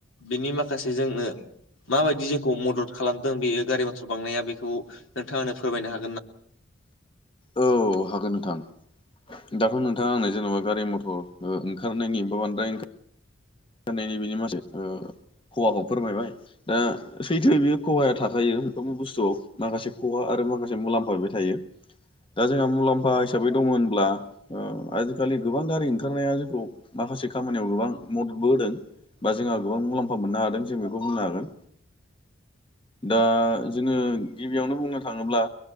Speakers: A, on the left (about 80°); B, on the left (about 25°).
A: बेनि माखासे जोंनो माबायदि जोंखौ मदद खालामदों बेयो गारि मथर बा <unintelligible> बेखौ नोंथाङा आंनो फोरमायनो हा
B: औ हागोन नोंथां दाथ' नोंथाङा आंनो जेन'बा गारि मथर <unintelligible> ओ ओंखारनायनि बा बांद्राय नायनि बेनि माखासे ओ खहाखौ फोरमायबाय दा सैथो बेयो खहाया थाखायो मोनफ्रोमबो बुस्थुआव माखासे खहा आरो माखासे मुलाम्फा बे थायो दा जोंहा मुलाम्फा हिसाबै दङ होनब्ला ओ आजिखालि गोबां। बां गारि ओंखारनाया जोंखौ माखासे खामानियाव गोबां मद बो होदों बा जोंहा गोबां मुलाम्फा मोननो हादों जों बेखौ बुंनो हागोन दा जोङो गिबियावनो बुंनो थाङोब्ला